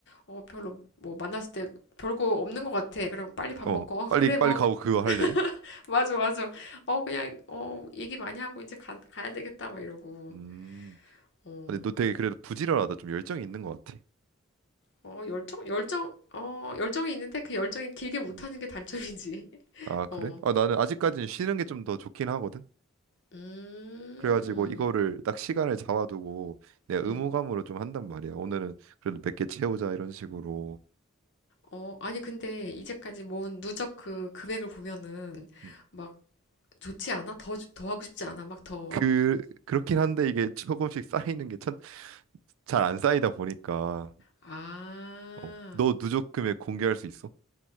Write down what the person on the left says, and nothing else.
어, 별로, 뭐, 만났을 때 별거 없는 것 같아. 그럼 빨리 밥
먹고. <laughs> 어,
그래,
뭐,
<laughs> 맞아, 맞아. 어, 그냥, 어, 얘기 많이 하고 이제 가, 가야 되겠다. 막 이러고.
어,
어, 열정, 열정, 어, 열정이 있는데 그 열정이 길게 못하는
게 단점이지. <laughs>
어,
음,
음.
어, 아니, 근데 이제까지 모은 누적 그 금액을 보면은
막 좋지 않아? 더, 주- 더 하고 싶지 않아? 막 더.
아,